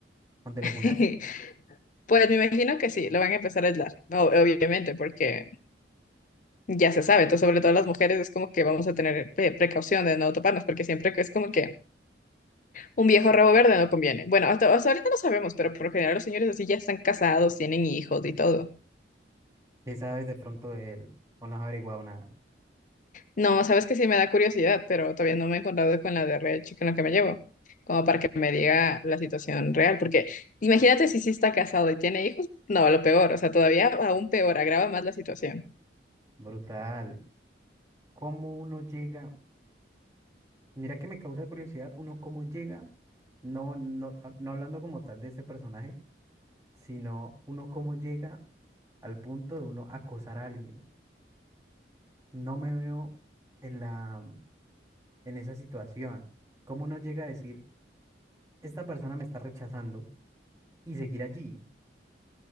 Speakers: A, on the right; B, on the left.
A: donde lo
B: <laughs>
A: funaste.
B: Pues me imagino que sí, lo van a empezar a aislar, no, obviamente, porque ya se sabe, entonces sobre todo las mujeres es como que vamos a tener pre- precaución de no toparnos, porque siempre que es como que un viejo rabo verde no conviene. Bueno, hasta, hasta ahorita no sabemos, pero por lo general los señores así ya están casados, tienen hijos y todo.
A: ¿Qué sabes de pronto de él? O no has averiguado nada.
B: No, sabes que sí me da curiosidad, pero todavía no me he encontrado con la de real Chick con la que me llevo, como para que me diga la situación real, porque imagínate si sí está casado y tiene hijos, no, lo peor, o sea, todavía aún peor, agrava más la situación.
A: Brutal. ¿Cómo uno llega? Mira que me causa curiosidad, uno cómo llega, no, no, a- no hablando como tal de ese personaje, sino uno cómo llega al punto de uno acosar a alguien. No me veo en la, en esa situación. ¿Cómo uno llega a decir, esta persona me está rechazando? y seguir allí.